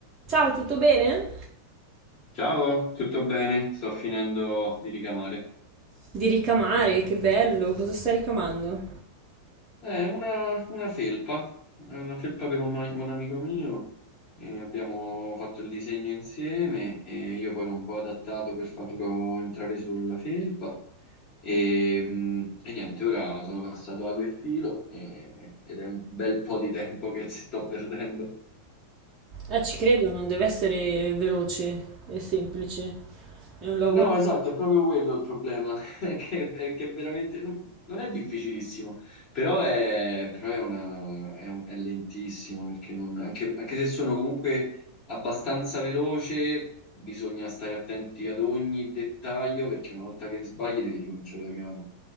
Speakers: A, on the right; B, on the left.
A: Ciao, tutto bene?
B: Ciao, tutto bene? Sto finendo di ricamare.
A: Di ricamare, che bello, cosa sta ricamando?
B: È una, una felpa, è una felpa per un, ma- un amico mio. e abbiamo fatto il disegno insieme e io poi l'ho un po' adattato per farlo entrare sulla felpa. E, mm, e niente, ora sono passato ago e filo e- ed è un bel po' di tempo che ci sto perdendo.
A: Eh, ci credo, non deve essere veloce e semplice. È un lavoro.
B: No, esatto, è proprio quello il problema, <laughs> che, che veramente no- non è difficilissimo, però è, però è una- è un- è lentissimo, perché non- anche, anche se sono comunque abbastanza veloce, bisogna stare attenti ad ogni dettaglio, perché una volta che sbagli devi ricominciare da capo.